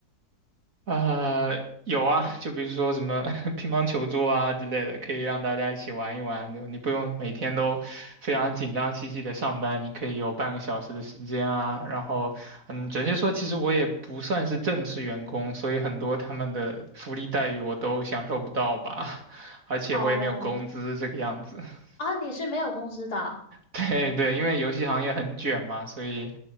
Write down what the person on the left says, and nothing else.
哦，
啊，你是没有工资的啊，